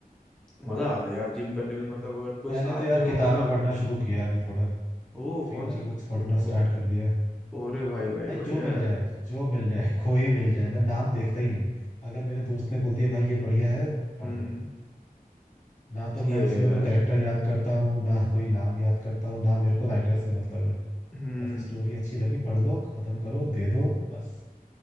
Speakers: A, in the centre; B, on the left (about 55°).
A: मजा आता है यार जिम करने में
B: भाई
A: मतलब अगर कोई
B: मैंने
A: साथ
B: तो यार
A: में
B: किताबें
A: हो ना
B: पढ़ना शुरू किया अभी थोड़ा
A: वो
B: थ्रिलर
A: कौन सी
B: बुक्स पढ़ना
A: कौ,
B: स्टार्ट कर दिया है
A: ओरे भाई भाई
B: भाई
A: बढ़िया
B: जो मिल
A: यार
B: जाए जो मिल जाए <laughs> कोई मिल जाए मैं नाम देखता ही नहीं अगर मेरे दोस्त ने बोल दिया भाई ये बढ़िया है पढ़
A: हम्म
B: लो ना तो
A: सही
B: मैं
A: है यार
B: उसमें कोई कैरेक्टर याद करता हूँ ना कोई नाम याद करता हूँ ना मेरे को राइटर से मतलब है
A: हम्म
B: बस स्टोरी अच्छी लगी पढ़ लो खत्म करो दे दो बस